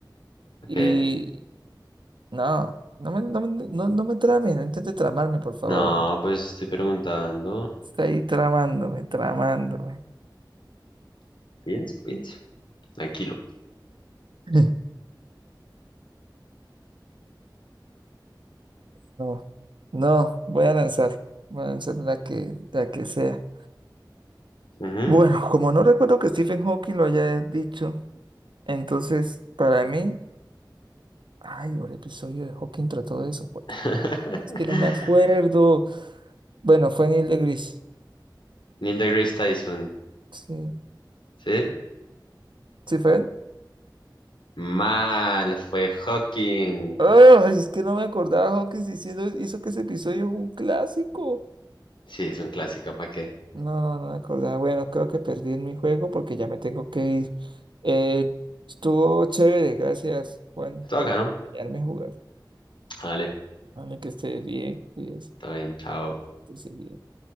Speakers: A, on the left (about 80°); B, on the right (about 80°).
A: Ok.
B: Y no, no me, no, me- no, no me trame, no intente tramarme, por favor,
A: No,
B: amigo.
A: pues estoy preguntando.
B: Está ahí tramándome, tramándome.
A: Piense, piense. Tranquilo.
B: <laughs> No, no, voy a lanzar. Voy a lanzar la que, la que sea.
A: Ujú.
B: Bueno, como no recuerdo que Stephen Hawking lo haya dicho, entonces para mí, ay, el episodio de Hawking trató de eso, jue-
A: <laughs>
B: Es que no me acuerdo. Bueno, fue Neil deGrasse.
A: Neil deGrasse Tyson.
B: Sí,
A: ¿Sí?
B: sí fue él.
A: Mal, fue Hawking.
B: Ay, es que no me acordaba Hawking diciendo hizo que ese episodio es un clásico.
A: Sí, es un clásico, ¿para qué?
B: No, no me acordaba. Bueno, creo que perdí en mi juego porque ya me tengo que ir. Eh, estuvo chévere, gracias Juan
A: Estuvo
B: por
A: acá,
B: acompañarme
A: ¿no?
B: a jugar.
A: Vale,
B: Dame que esté bien, cuídese,
A: está bien, chao.
B: que esté bien.